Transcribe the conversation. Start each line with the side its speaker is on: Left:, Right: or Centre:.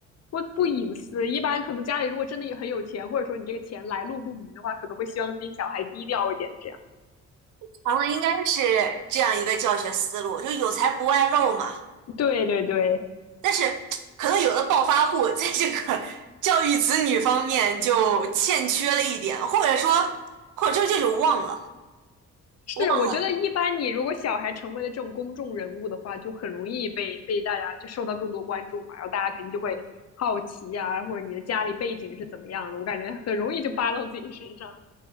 Left: 不不隐私。一般可能家里如果真的有很有钱，或者说你这个钱来路不明的话，可能会希望自己小孩低调一点，这样。
Right: 咱们应该是这样一个教学思路，就有才不外露嘛。
Left: 对对对。
Right: 但是可能有的暴发户在这个 <laughs> 教育子女方面就欠缺了一点，或者说，或者就这种忘了，
Left: 是，
Right: 忘了
Left: 我觉得一般你如果小孩成为了这种公众人物的话，就很容易被被大家就受到更多关注嘛，然后大家肯定就会好奇呀，或者你的家里背景是怎么样的，我感觉很容易就扒到自己身上。